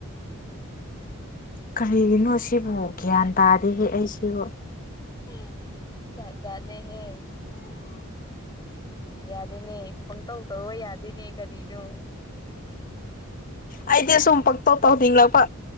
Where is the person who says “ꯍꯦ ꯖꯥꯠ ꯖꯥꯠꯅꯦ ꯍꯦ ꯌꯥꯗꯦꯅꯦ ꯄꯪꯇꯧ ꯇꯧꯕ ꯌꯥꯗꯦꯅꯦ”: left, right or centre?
Left